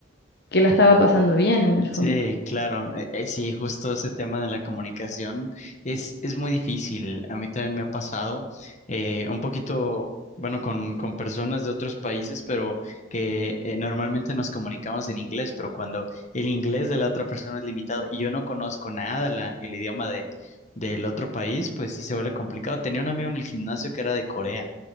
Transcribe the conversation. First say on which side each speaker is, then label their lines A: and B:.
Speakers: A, on the left; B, on the left.
A: que la estaba pasando bien en el fondo.
B: Sí, claro. Eh, eh, sí, justo ese tema de la comunicación es, es muy difícil. A mí también me ha pasado eh, un poquito, bueno, con, con personas de otros países, pero que eh, normalmente nos comunicamos en inglés, pero cuando el inglés de la otra persona es limitado y yo no conozco nada la- el idioma de, del otro país, pues sí se vuelve complicado. Tenía un amigo en el gimnasio que era de Corea